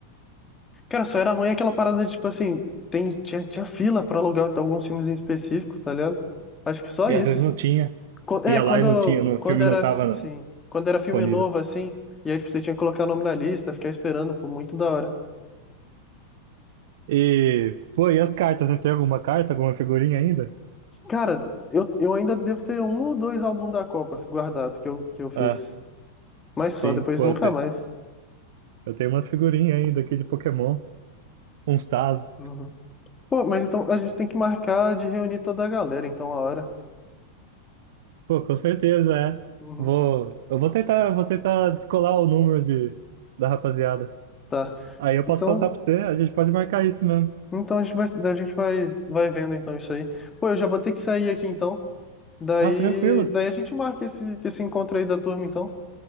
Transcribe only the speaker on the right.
E
às vezes não tinha.
Ia
lá e não tinha, no
filme
não tava
disponível.
E, pô, e as cartas? Você tem alguma carta, alguma figurinha ainda?
Ah,
sim,
pô,
eu te-
eu tenho umas figurinhas ainda aqui de Pokémon, uns Tazos.
Pô, com certeza, é.
Vou, eu vou tentar, vou tentar descolar o número de, da rapaziada.
Aí eu posso
passar pra você, a gente pode marcar isso mesmo.
Ah, tranquilo.